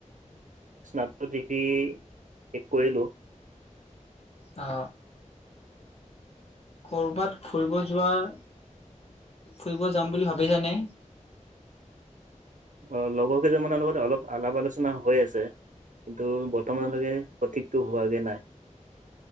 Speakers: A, on the right (about 75°); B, on the left (about 50°).
A: স্নাতক ডিগ্ৰী শেষ কৰিলোঁ
B: অ কৰ'বাত ফুৰিব যোৱাৰ ফুৰিব যাম বুলি ভাবিছানে
A: অ লগৰ কেইজনৰ লগত অলপ আলাপ আলোচনা হৈ আছে কিন্তু বৰ্তমানলৈকে সঠিকটো হোৱাগে নাই